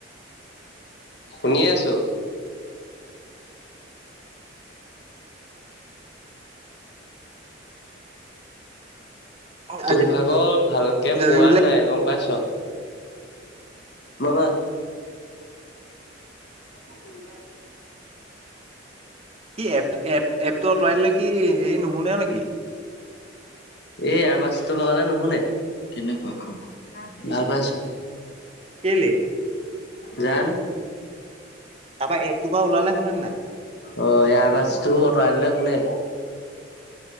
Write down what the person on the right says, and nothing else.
আজি
যাবি
বোলে
কি এপটো এপ এপটো আঁতৰাই দিলে কি হেৰি নুশুনে আও নেকি?
কেলে?
তাপা এপটোৰ পৰা ওলালে শুনে নে নাই?